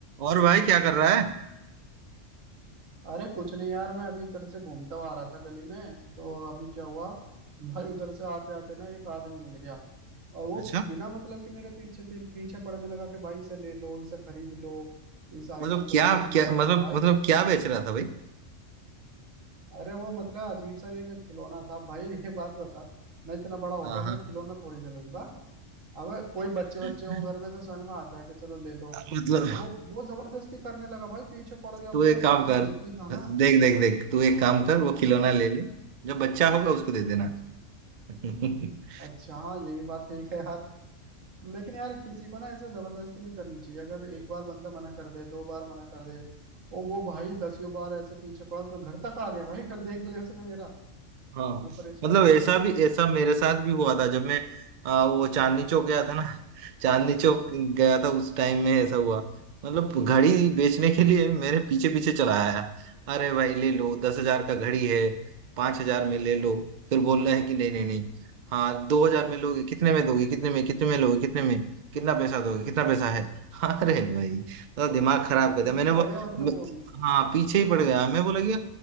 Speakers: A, on the right (about 55°); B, on the right (about 80°).
A: और भाई क्या कर रहा है
B: अरे कुछ नहीं यार मैं अभी इधर से घूमता हुआ आ रहा था गली में तो अभी क्या हुआ भाई उधर से आते आते ना एक आदमी मिल गया और वो
A: अच्छा
B: बिना मतलब कि मेरे पीछे पी, पीछे पड़ने लगा कि भाई इसे ले लो इसे खरीद लो इस आइटम
A: मतलब
B: को
A: क्या
B: देखना
A: क्या
B: एक बार
A: मतलब
B: अब भाई
A: मतलब क्या बेच रहा था भाई
B: अरे वो मतलब अजीब सा एक खिलौना था भाई ये बात बता मैं इतना बड़ा हो
A: हाँ
B: गया
A: हाँ
B: मैं खिलौना थोड़ी ना लूंगा अब कोई बच्चे
A: <laughs>
B: बच्चे हो घर में तो समझ में आता है कि चलो ले लो
A: मतलब
B: अब वो वो जबरदस्ती करने लगा भाई पीछे पड़ गया
A: तू
B: मतलब
A: एक काम
B: इतना
A: कर
B: जिद्दी था ना
A: देख देख देख तू एक काम कर वो खिलौना ले ले जब बच्चा होगा उसको दे देना
B: अच्छा
A: <laughs>
B: अच्छा हाँ ये भी बात ठीक है यार लेकिन यार किसी को ना ऐसा जबरदस्ती नहीं करनी चाहिए अगर एक बार बंदा मना कर दे दो बार मना कर दे और वो भाई दसियों बार ऐसे पीछे पड़ा कि घर तक आ गया भाई घर देख लिया उसने मेरा
A: हाँ
B: मैं परेशान
A: मतलब
B: हो
A: ऐसा
B: गया
A: भी ऐसा मेरे साथ भी हुआ था जब मैं आ, वो चांदनी चौक गया था ना चांदनी चौक गया था उस टाइम में ऐसा हुआ मतलब घड़ी बेचने के लिए मेरे पीछे पीछे चला आया अरे भाई ले लो दस हजार का घड़ी है पांच हजार में ले लो फिर बोल रहा है कि नहीं नहीं नहीं हाँ दो हजार में लोगे कितने में दोगे कितने में कितने में लोगे कितने में कितना पैसा दोगे कितना पैसा है <laughs> अरे भाई तो दिमाग
B: अच्छा
A: खराब कर
B: पीछे
A: दिया मैंने
B: ही
A: वो
B: पड़ गया मतलब
A: मैं-
B: वो भी
A: हाँ पीछे ही पड़ गया मैं बोला गया